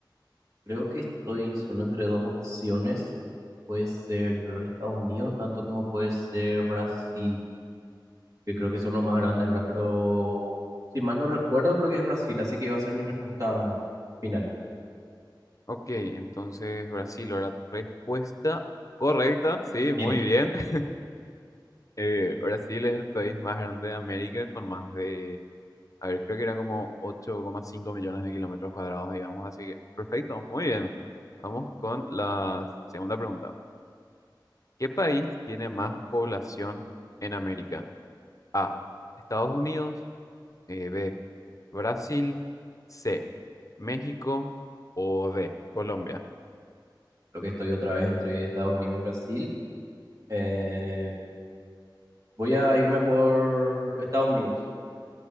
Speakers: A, on the right; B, on the left.
A: Creo que estoy solo entre dos opciones. Puede ser Estados Unidos, tanto como puede ser Brasil, que creo que son los más grandes, ¿verdad? Pero si mal no recuerdo, creo que es Brasil, así que va a ser mi respuesta final.
B: Ok, entonces Brasil, la respuesta correcta, sí,
A: Bien,
B: muy bien. <laughs> Eh, Brasil es el país más grande de América con más de, a ver, creo que eran como ocho coma cinco millones de kilómetros cuadrados, digamos, así que perfecto, muy bien. Vamos con la segunda pregunta. ¿Qué país tiene más población en América? A, Estados Unidos. Eh, B, Brasil, C, México o D, Colombia.
A: creo que estoy otra vez entre Estados Unidos y Brasil. Eh, voy a irme por Estados Unidos.